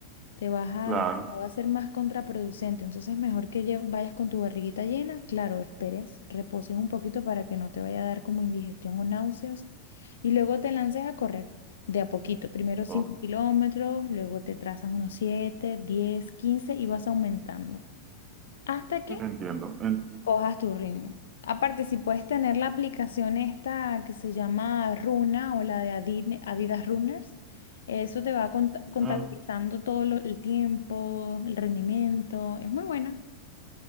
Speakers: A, on the left; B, on the right.
A: te vas a,
B: claro,
A: va a ser más contraproducente. Entonces, mejor que lle- vayas con tu barriguita llena, claro, esperes, reposes un poquito para que no te vaya a dar como indigestión o náuseas. Y luego te lances a correr de a poquito. Primero 5
B: ok,
A: kilómetros, luego te trazas unos siete diez 15 y vas aumentando. ¿Hasta que?
B: entiendo. En-
A: cojas tu ritmo. Aparte, si puedes tener la aplicación esta que se llama Runa o la de Adine- Adidas Runners, eso te va cont- contabilizando
B: ah,
A: todo lo- el tiempo, el rendimiento. Es muy buena.